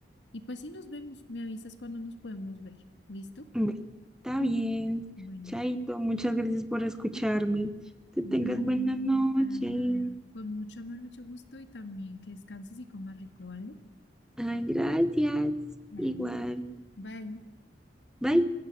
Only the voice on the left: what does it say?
y pues sí nos vemos, me avisas cuando nos podemos ver. ¿Listo?
Bueno.
No,
para nada. Con mucho amor, mucho gusto y también que descanses y comas rico, ¿vale?
Vale.
Bye.